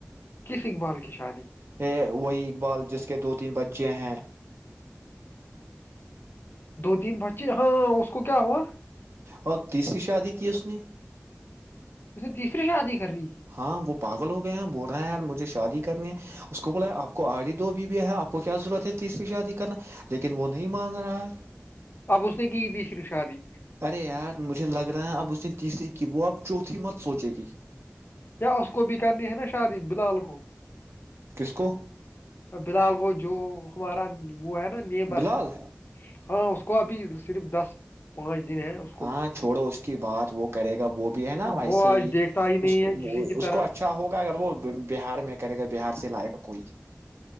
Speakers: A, on the left (about 50°); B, on the right (about 60°).
A: کس اقبال کی شادی
B: ا وہی اقبال جس کے دو تین بچے بچے ہیں
A: دو تین بچے ہاں اس کو کیا ہوا
B: اور تیسری شادی کی اس نے
A: اس نے تیسری شادی کر دی
B: ہاں وہ پاگل ہو گیا ہیں بول رہے ہیں یار مجھے شادی کرنی ہے اس کو بولا آپ کو آری دو بیویا ہے آپ کو کیا ضرورت ہے تیسری شادی کرنا لیکن وہ نہیں مان رہا ہے
A: اب اس نے کی تھی صرف شادی
B: ارے یار مجھے لگ رہا ہے اب اس نے تیسری کی وہ اب چوتھی مت سوچے گی
A: یا اس کو بھی کرنی ہے نا شادی بلال کو
B: کس کو
A: بلحال کو جو ہمارا وہ ہے نا نیبر
B: بلال
A: ہاں اس کو کو ابھی صرف دس پانچ دن ہے اس کو
B: ہاں چھوڑو اس کی بات وہ کرے گا وہ بھی ہے نا ویسے
A: وہ آج
B: ہی
A: دیکھتا نہیں
B: اس
A: ہے کسی کی
B: اس
A: طرف
B: کو اچھا ہوگا اگر وہ بہار میں کرے گا بہار سے لائے گا کوئی